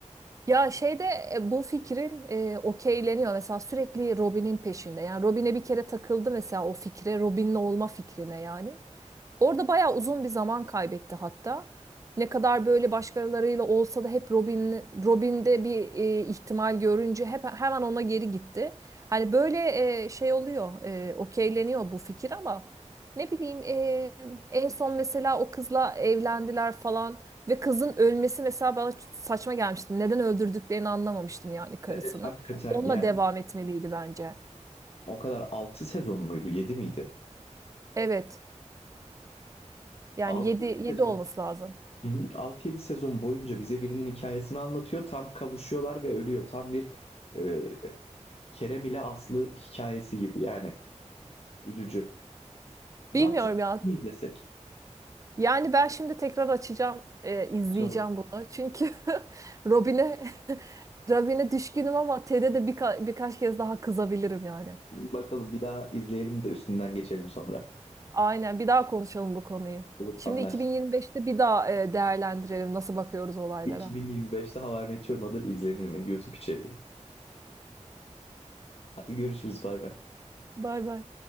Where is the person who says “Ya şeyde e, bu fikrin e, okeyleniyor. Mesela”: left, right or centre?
Right